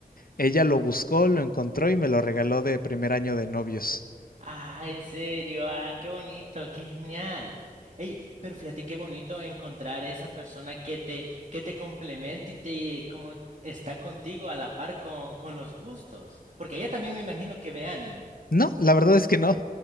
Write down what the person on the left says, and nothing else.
Ella lo buscó, lo encontró y me lo regaló de primer año de novios.
No, la verdad es que no.